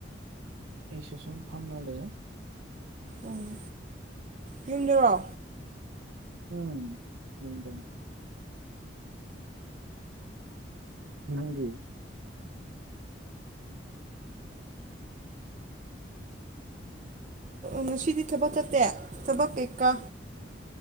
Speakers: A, on the right; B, on the right.
A: ꯑꯩ ꯁꯦꯁꯟ ꯐꯥꯔꯝꯅꯥ ꯂꯩꯦ
B: ꯎꯝ ꯌꯦꯡꯗꯔꯣ
A: ꯎꯝ ꯝꯗꯅꯤ ꯅꯪꯒꯤ
B: ꯉꯁꯤꯗꯤ ꯊꯕꯛ ꯆꯠꯇꯦ ꯊꯕꯛ ꯀꯩꯀꯥ